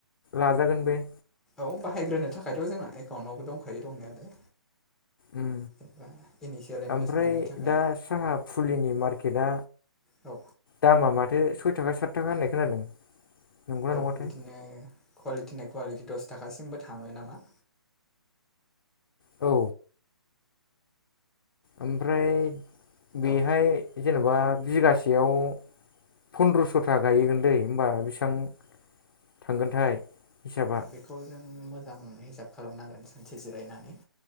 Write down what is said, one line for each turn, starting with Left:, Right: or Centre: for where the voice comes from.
Left: लाजागोन बे
Centre: बे बाहायग्रोनो थाखायथ' जोंना एकाउन्टावबो दंखायो दंनायालाय
Left: उम
Centre: जेनेबा इनिसियेल इनभेस्टमेन्टनि
Left: ओमफ्राय
Centre: थाखाय
Left: दा साहा फुलिनि मार्केटआ
Centre: औ
Left: दामा माथो सय थाखा सात थाखा होननाय खोनादों। नंगौना
Centre: औ
Left: नङाथाय
Centre: बिदिनो कुवालिटिना कुवालिटि दस थाखासिमबो थांङो नामा?
Left: औ ओमफ्राय बेहाय
Centre: औ
Left: जेनेबा मा बिघासेयाव फन्द्रस'था गायगोनल होनबा बेसेबां थांगोनथाय हिसाबा
Centre: बेखौ जों मोजां हिसाब खालामनांगोन सानसे जिरायनानै